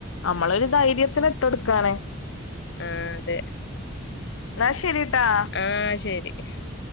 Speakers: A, on the left; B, on the left.
A: അമ്മളൊരു ധൈര്യത്തിന് ഇട്ടൊട് ക്കാണ്.
B: ആഹ്, അതെ.
A: ന്നാ ശരിട്ടാ...
B: ആഹ്, ശരി. <inaudible>